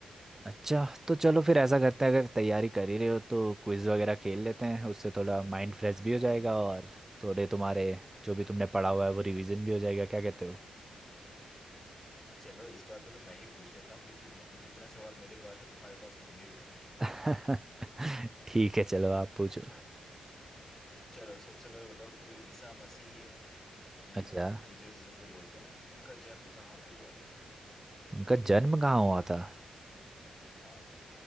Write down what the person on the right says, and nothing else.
अच्छा तो चलो फिर ऐसा करते हैं अगर तैयारी कर ही रहे हो तो क्विज वगैरह खेल लेते हैं उससे थोड़ा माइंड फ्रेश भी हो जाएगा और थोड़े तुम्हारे जो भी तुमने पढ़ा हुआ है वो रिवीजन भी हो जाएगा क्या कहते हो
<laughs> ठीक है चलो आप पूछो
अच्छा
उनका
जन्म कहाँ हुआ था